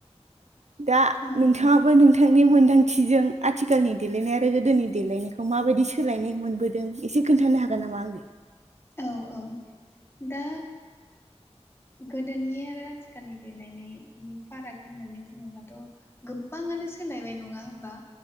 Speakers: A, on the right (about 75°); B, on the left (about 20°).
A: दा
B: औ
A: नोंथाङाबो
B: नंगौ
A: नोंथांनि मोन्दांथिजों आथिखालनि देलायनाय आरो गोदोनि देलायनायखौ माबायदि सोलायनाय मोनबोदों एसे खोन्थानो हागोन नामा आंनो
B: औ औ दा गोदोनि आरो आथिखालनि देलायनायनि फाराग होननानै बुङोब्लाथ' गोबाङानो सोलायबाय नङा हबा